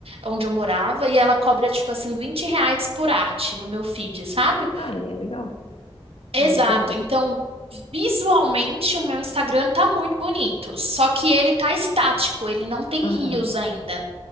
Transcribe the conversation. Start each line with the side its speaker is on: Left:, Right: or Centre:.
Right: onde eu morava, e ela cobra, tipo assim, 20 reais por arte no meu feed, sabe?
Left: Ah, e é legal.
Right: Exato.
Left: É uma boa.
Right: Então, visualmente, o meu Instagram tá muito bonito, só que ele tá estático, ele não tem
Left: Aham,
Right: rios ainda.